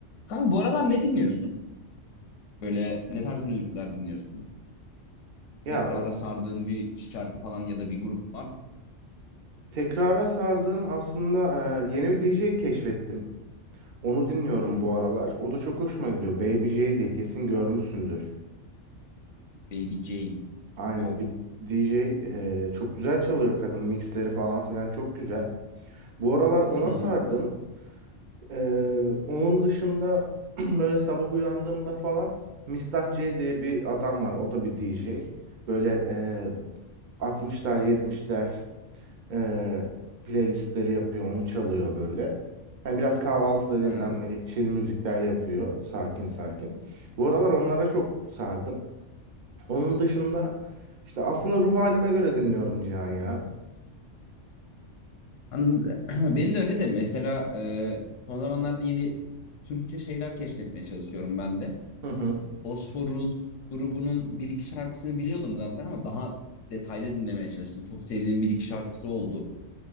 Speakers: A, on the left (about 85°); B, on the right (about 50°).
A: Kanka bu aralar ne dinliyorsun? Böyle ne tarz müzikler dinliyorsun?
B: Ya
A: Tekrara
B: o-
A: sardığın bir şarkı falan ya da bir grup var.
B: tekrara sardığım aslında e, yeni bir DJ keşfettim. Onu dinliyorum
A: Hı hı.
B: bu aralar. O da çok hoşuma gidiyor. Baby J diye kesin görmüşsündür.
A: Baby J
B: Aynen
A: yok.
B: bir DJ e, çok güzel çalıyor kadın. Mixleri falan filan çok güzel. Bu aralar ona
A: Hı hı.
B: sardım. E, onun dışında <clears throat> böyle sabah uyandığımda falan Mistah C diye bir adam var. O da bir DJ. Böyle e, 60'lar 70'ler e, playlistleri yapıyor, onu çalıyor böyle. Hani biraz kahvaltıda dinlenmelik,
A: Hı hı.
B: chill müzikler yapıyor, sakin sakin. Bu aralar onlara çok sardım. Onun dışında işte aslında ruh halime göre dinliyorum Cihan ya.
A: Anladım. <clears throat> Benim de öyle de mesela e, son zamanlarda yeni Türkçe şeyler keşfetmeye çalışıyorum ben de.
B: Hı hı.
A: Bosfor Roots grubunun bir iki şarkısını biliyordum zaten ama daha detaylı dinlemeye çalıştım. Çok sevdiğim bir iki şarkısı oldu.